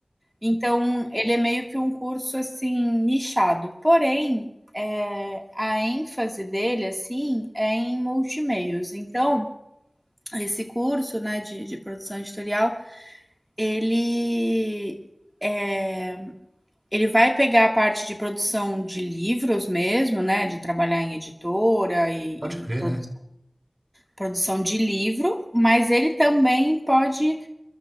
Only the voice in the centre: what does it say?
Então, ele é meio que um curso assim nichado. Porém, é, a ênfase dele, assim, é em multimeios. Então, esse curso, né, de, de produção editorial, ele é, ele vai pegar a parte de produção de livros mesmo, né, de trabalhar em editora e,
e produ
produção de livro, mas ele também pode